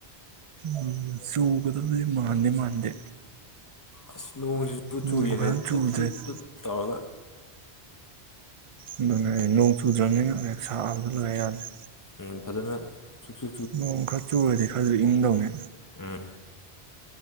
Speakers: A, on the right; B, on the left.
A: ꯎꯝ ꯆꯨꯒꯗ ꯃꯥꯟꯗꯦ ꯃꯥꯟꯗꯦ
B: ꯑꯁ ꯅꯣꯡꯁꯤꯁꯨ
A: ꯅꯣꯡꯒ
B: ꯆꯨꯔꯤꯅꯦ
A: ꯐꯖꯅ ꯆꯨꯗ꯭ꯔꯦꯗ
B: ꯇꯨꯠ ꯇꯨꯠ ꯇꯨꯠ ꯇꯧꯔꯒ
A: ꯑꯗꯨꯅꯦ ꯅꯣꯡ ꯆꯨꯗ꯭ꯔꯕꯅꯤꯅꯦꯛ ꯁꯥꯛꯕ ꯂꯣꯏꯔꯦ ꯌꯥꯗ꯭ꯔꯦ
B: ꯎ ꯐꯖꯅ ꯁꯨꯛꯆꯨ
A: ꯅꯣꯡ ꯈꯔ ꯆꯨꯔꯦꯗꯤ ꯈꯔ ꯏꯨꯡꯗꯅꯦ
B: ꯑ